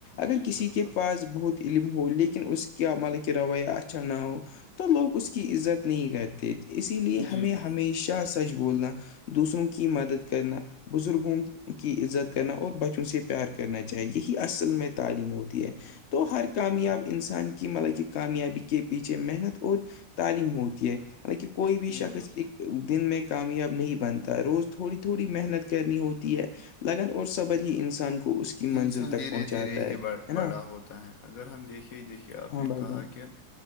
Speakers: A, on the left (about 80°); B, on the left (about 55°).
A: اگر
B: جی
A: کسی
B: بالکل
A: کے پاس بہت علم ہو لیکن اس کیا مطلب کہ رویہ اچھا نہ ہو تو لوگ اس کی عزت نہیں کرتے اسی لیے ہمیں
B: جی ب
A: ہمیشہ سچ بولنا دوسروں کی مدد کرنا بزرگوں کی عزت کرنا اور بچوں سے پیار کرنا چاہیے یہی اصل میں تعلیم ہوتی ہے تو
B: جی
A: ہر
B: بالکل
A: کامیاب انسان کہ مطلب کہ کامیابی کے پیچھے محنت اور تعلیم ہوتی ہے مطلب کہ کوئی بھی
B: جی
A: شخص
B: بالکل
A: ایک دن میں کامیاب نہیں بنتا روز تھوڑی تھوڑی محنت کرنی ہوتی ہے لگن اور سب ہی انسان کو
B: انسان دھیرے
A: پہنچاتا
B: دھیرے ہی
A: ہے ہے نا
B: بڑا ہوتا ہے اگر ہم دیکھے ہی دیکھیے آپ
A: ہاں
B: نے
A: بھائی
B: کہا
A: جان
B: کہ